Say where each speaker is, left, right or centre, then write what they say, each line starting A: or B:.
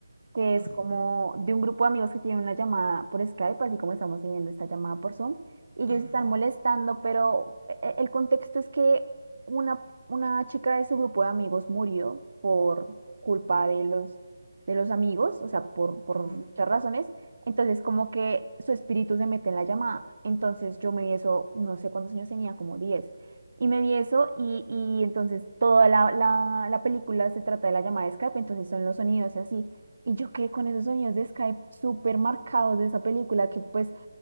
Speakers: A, on the right; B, on the right.
A: que es
B: Ujú,
A: como de un grupo de amigos que tienen una llamada por Skype, así como estamos teniendo esta llamada por Zoom, y ellos
B: ujú,
A: están molestando, pero e- e- el contexto es que una, una chica de su grupo de amigos murió por culpa de los, de los amigos, o sea, por, por
B: ujú.
A: muchas razones. Entonces, como que su espíritu se mete en la llamada. Entonces, yo me vi eso, no sé cuántos años tenía, como diez, Y me vi eso y, y entonces toda la, la, la película se trata de la llamada de Skype, entonces son los sonidos y así. Y yo quedé con esos sonidos de Skype súper marcados de esa película que pues